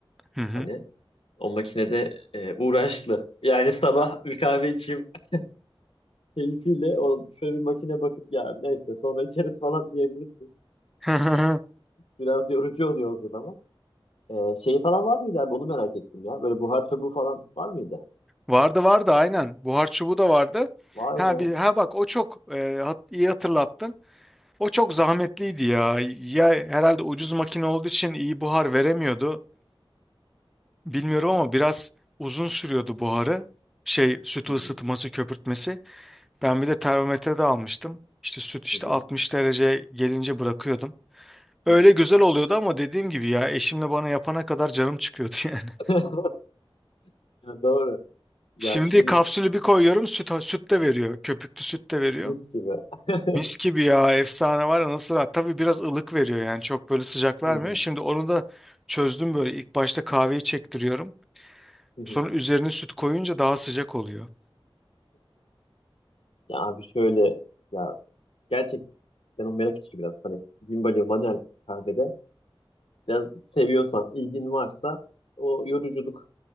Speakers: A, in the centre; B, on the left.
A: Hı hı.
B: hani o makinede e, uğraşlı. Yani <laughs> sabah bir kahve içeyim <laughs> keyfiyle o şöyle bir makine bakıp ya neyse sonra içeriz falan diyebilirsin.
A: <laughs>
B: Biraz yorucu oluyor o zaman. Ee, şey falan var mıydı abi? Onu merak ettim ya. Böyle buhar çubuğu falan var mıydı?
A: Vardı vardı aynen. Buhar çubuğu da vardı.
B: Vay
A: Ha
B: be.
A: bir ha bak o çok e, hat- iyi hatırlattın. O çok zahmetliydi ya. Ya herhalde ucuz makine olduğu için iyi buhar veremiyordu. Bilmiyorum ama biraz uzun sürüyordu buharı. Şey sütü
B: Hı hı,
A: ısıtması, köpürtmesi. Ben bir de termometre de almıştım. İşte süt işte
B: hı hı,
A: 60 derece gelince bırakıyordum. Öyle
B: hı hı.
A: güzel oluyordu ama dediğim gibi ya eşimle bana yapana kadar canım çıkıyordu <laughs> yani.
B: <laughs> Ya doğru. Ya
A: Şimdi
B: şimdi
A: kapsülü bir koyuyorum süt, süt de veriyor. Köpüklü süt de veriyor.
B: mis gibi. <laughs>
A: Mis gibi ya efsane var ya nasıl rahat. Tabii biraz ılık veriyor yani çok böyle sıcak vermiyor.
B: Hı hı,
A: Şimdi onu da çözdüm böyle ilk başta kahveyi çektiriyorum.
B: hı hı.
A: Sonra üzerine süt koyunca daha sıcak oluyor.
B: Ya abi şöyle ya gerçekten o merak içi biraz hani Gimbalio manuel kahvede biraz seviyorsan ilgin varsa o yoruculuk